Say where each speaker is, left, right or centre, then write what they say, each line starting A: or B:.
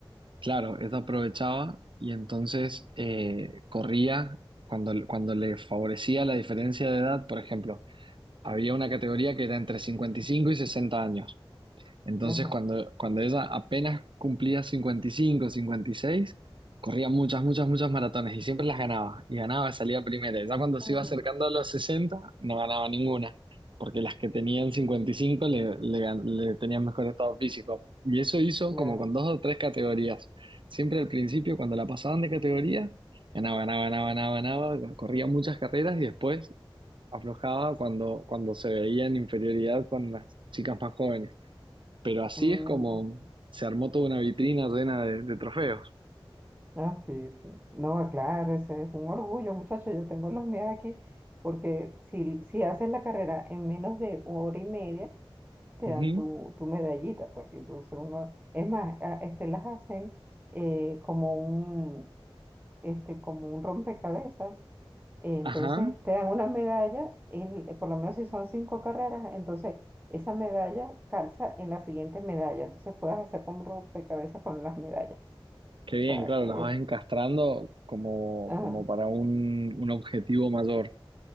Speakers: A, on the right (about 60°); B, on the right (about 20°).
A: claro, ella aprovechaba y entonces eh, corría cuando, cuando le favorecía la diferencia de edad. Por ejemplo, había una categoría que era entre 55 y 60 años. Entonces,
B: ajá,
A: cuando, cuando ella apenas cumplía 55, 56, corría muchas, muchas, muchas maratones y siempre las ganaba. Y ganaba, y salía primera. Ya cuando
B: mm,
A: se iba acercando a los 60, no ganaba ninguna, porque las que tenían 55 le, le, gan- le tenían mejor estado físico. Y eso hizo
B: claro,
A: como con dos o tres categorías. Siempre al principio, cuando la pasaban de categoría, ganaba, ganaba, ganaba, ganaba, ganaba, corría muchas carreras y después aflojaba cuando, cuando se veía en inferioridad con las chicas más jóvenes. Pero así
B: mm,
A: es como se armó toda una vitrina llena de, de trofeos.
B: ah, sí, sí, no, claro, ese es un orgullo, muchachos, yo tengo los míos aquí, porque si, si haces la carrera en menos de hora y media, te
A: Ujú.
B: dan tu, tu medallita, pues. Entonces uno, es más, a- este, las hacen eh, como un, este, como un rompecabezas. eh, entonces
A: Ajá.
B: te dan una medalla, el- eh, por lo menos si son cinco carreras, entonces esa medalla calza en la siguiente medalla. Entonces puedes hacer como un rompecabezas con las medallas.
A: Qué bien,
B: O sea
A: claro,
B: que,
A: las vas encastrando como,
B: ajá,
A: como para un, un objetivo mayor.